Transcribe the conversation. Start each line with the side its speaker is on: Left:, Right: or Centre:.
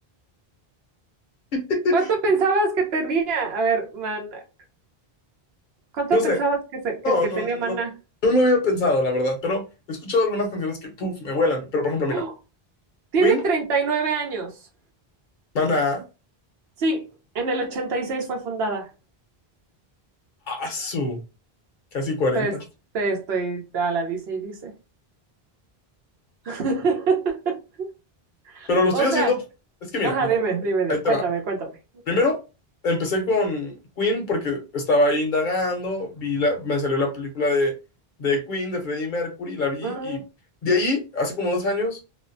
Left: <laughs>
Right: ¿Cuánto pensabas que tenía? A ver, Maná. ¿Cuánto
Left: No sé,
Right: pensabas que, se- que,
Left: no,
Right: que
Left: no,
Right: tenía
Left: no,
Right: Maná?
Left: no lo había pensado, la verdad, pero he escuchado algunas canciones que, puff, me vuelan. Pero por ejemplo, mira,
Right: ¡Oh! Tiene
Left: Queen,
Right: 39 años.
Left: Maná,
Right: Sí, en el 86 fue fundada.
Left: Asu, casi 40.
Right: Te, te estoy a la dice y dice. <laughs>
Left: Pero lo estoy
Right: O
Left: haciendo.
Right: sea,
Left: Es que mira,
Right: ajá,
Left: mira,
Right: dime,
Left: ahí,
Right: dime, di-
Left: ahí te
Right: cuéntame,
Left: va.
Right: cuéntame.
Left: Primero, empecé con Queen porque estaba ahí indagando, vi la, me salió la película de, de Queen, de Freddie Mercury, la vi
Right: Ujú,
Left: y de ahí, hace como dos años,